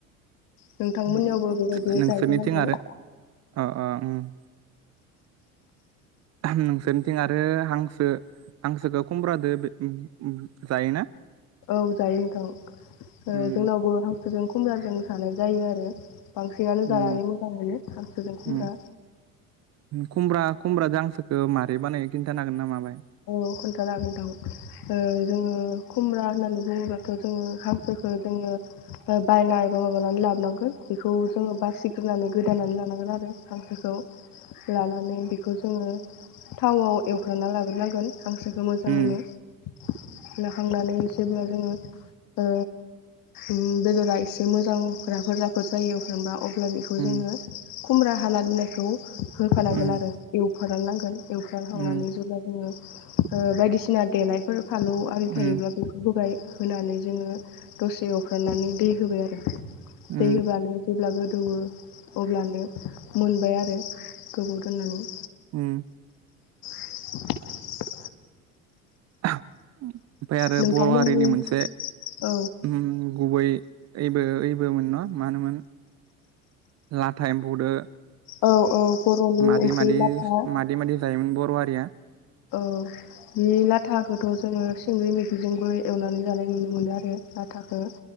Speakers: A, on the left; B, on the right.
A: नोंथांमोननियावबो
B: <unintelligible>
A: बेबायदिनो
B: नोंसोरनिथिं
A: जायो जानांगौ
B: आरो अ' अ' उम उम। <unintelligible> नोंसोर निथिं आरो हांसो हांसोखो खुमब्रादो बे उम जायोना?
A: औ जायो नोंथां ओ
B: उम
A: जोंनावबो हांसोजों खुमराजों जानाय जायो आरो बांसिनानो
B: उम
A: जानानै मोजां मोनो हांसोजों खुमब्रा।
B: उम खुमब्रा खुमब्रादो हांसोखो मारै बानायो खिन्थानो हागोन ना माबाय?
A: औ खोन्थानो हागोन नोंथां ओ जोङो खुमब्रा होननानै बुङोब्लाथ' जोङो हांसो ओ जोङो बायना एबा माबानानै लाबोनांगो बेखौ जोङो बासि ग्रोनानै गोदानानै लानांगोन। हागोन आरो हांसोखौ लानानै बेखौ जोङो थावाव एवफ्रामना लाग्रोनांगोन। हांसोखो मोजाङैनो
B: उम
A: हांनानै जेब्ला जोङो ओ उम बेदरा एसे मोजां राफोर राफोर जायो एवफ्रामबा अब्ला बेखौ
B: उम
A: जोङो खुमरा हाना दोननायखौ होफा
B: उम
A: नांगोन आरो एवफ्रा नांगोन। एवख्राम खांनानै
B: उम
A: जेब्ला जोङो ओ बायदिसिना देनाय फोर फालौ आरि थायोब्ला
B: उम
A: बेखौब होबाय। होनानै जोङो दसे एवफ्रामनानै दै होबाय आरो
B: उम
A: दै होबानो जेब्ला दौवो अब्लानो मोनबाय आरो गोबाव दोननानै।
B: उम।
A: <unintelligible>
B: <unintelligible> ओमफ्राय आरो
A: नोंथांमोननि
B: बर' हारिनि मोनसे
A: औ
B: उ गुबै ओइबो ओइबो मोन ना मा होनोमोन लाथा एम्फौदो
A: औ औ बर'नि
B: मादि
A: ओंख्रि
B: मादि
A: लाथा
B: मादि मादि जायो मोन बर'हारिया
A: औ बे लाथा खौथ' जोङो सिंग्रि मेखि जोंबो एवनानै जानाय नुनो मोनो आरो। लाथाखो